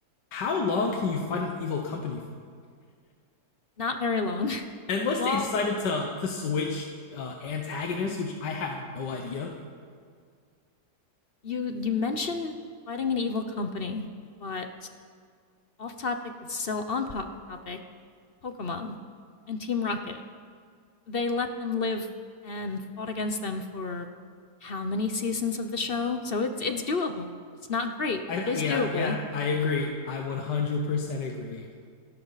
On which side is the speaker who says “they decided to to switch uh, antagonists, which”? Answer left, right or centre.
Left